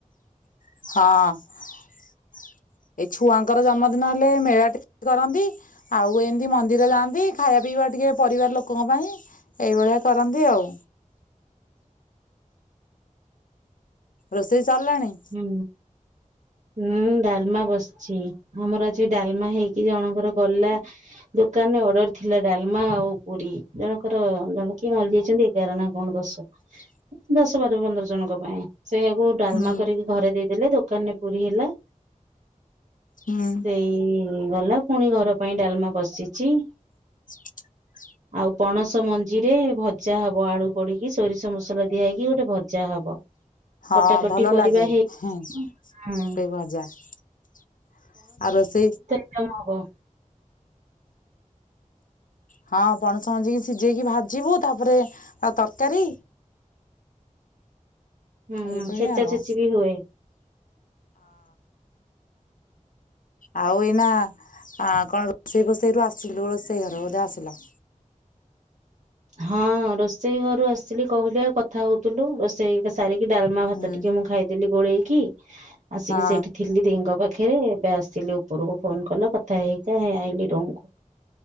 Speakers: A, on the left; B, on the right.
A: ହଁ ଏଇ ଛୁଆଙ୍କର ଜନ୍ମଦିନ ହେଲେ ମେଳା ଟିକେ କରନ୍ତି। ଆଉ ଏମିତି ମନ୍ଦିର ଯାଆନ୍ତି ଖାଇବା ପିଇବା ଟିକେ ପରିବାର ଲୋକଙ୍କ ପାଇଁ ଏଇଭଳିଆ କରନ୍ତି ଆଉ ରୋଷେଇ ସରିଲାଣି?
B: ହୁଁ ହୁଁ ଡାଲମା ବସିଛି ଆମର ଆଛି ଡାଲମା ହେଇକି ଜଣଙ୍କର ଗଲା ଦୋକାନରେ ଅର୍ଡର ଥିଲା ଡାଲମା ଆଉ ପୁରୀ ଜଣଙ୍କର ଜଣେ କିଏ ମରିଯାଇଛନ୍ତି ଏଗାର ନା କଣ ଦୋଷ
A: ସେ <unintelligible>
B: ଦଶ ବାର ପନ୍ଦର ଜଣଙ୍କ ପାଇଁ ସେଇୟାକୁ ଡାଲମା
A: ହୁଁ
B: କରିକି ଘରେ ଦେଇଦେଲେ ଦୋକାନରେ ପୁରୀ ହେଲା
A: ହୁଁ
B: ସେଇ ଗଲା ପୁଣି ଘର ପାଇଁ ଡାଲମା ବସିଛି।
A: <inaudible>
B: ଆଉ ପଣସ ମଞ୍ଜିରେ ଭଜା ହବ ଆଳୁ ପଡିକି ସୋରିଷ ମସଲା ଦିଆ ହେଇକି ଗୋଟେ ଭଜା ହବ।
A: ହଁ
B: କଟାକଟି
A: ଭଲ
B: ପରିବା
A: ଲାଗେ
B: ହେଇ
A: ହେଁ
B: ହୁଁ
A: ସେଇ ଭଜା ଆଉ ରୋସେଇ
B: କାମ ହବ
A: ହଁ ପଣସ ମଞ୍ଜିକି ସିଝେଇକି ଭାଜିବୁ ତାପରେ ଆଉ ତରକାରୀ
B: ହୁଁ ହୁଁ
A: ଏଇଭଳିଆ
B: ଛେଚା
A: ଆଉ ହଁ
B: ଛେଚି ବି ହୁଏ।
A: ଆଉ ଏଇନା ଆ କଣ ରୋଷେଇ ଫୋଷେଇ ରୁ ଆସିଲୁ ରୋଷେଇ ଘର ବୋଧେ ଆସିଲା
B: ହଁ ରୋଷେଇ ଘରୁ ଆସିଲି କହିଲି କଥା ହଉଥିଲୁ ରୋଷେଇ ସାରିକି ଡାଲମା ଭାତ
A: ହୁଁ
B: ଟିକେ ମୁଁ ଖାଇଦେଲି ଗୋଳେଇକି ଆସିକି
A: ହଁ
B: ସେଇଠି ଥିଲି ଦେଇ ଙ୍କ ପାଖରେ ଏବେ ଆସିଲି ଉପରକୁ ଫୋନ କଲ କଥା ହେଇ ହେଇକା ହେଇ ଆଇଲିି ରୁମ କୁ।